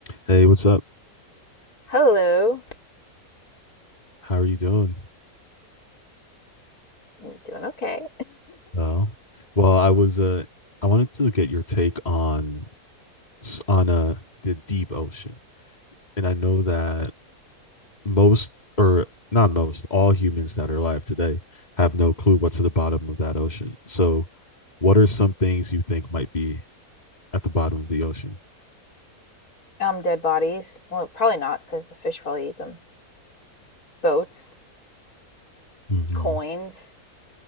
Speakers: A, on the left; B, on the left.
A: Hey, what's up?
B: Hello.
A: How are you doing?
B: I'm doing okay.
A: Oh, well, I was uh I wanted to get your take on s- on uh the deep ocean. And I know that most or not most, all humans that are alive today have no clue what's at the bottom of that ocean. So, what are some things you think might be at the bottom of the ocean?
B: Um, dead bodies. Well, probably not because the fish probably eat them. Boats,
A: hmm
B: coins,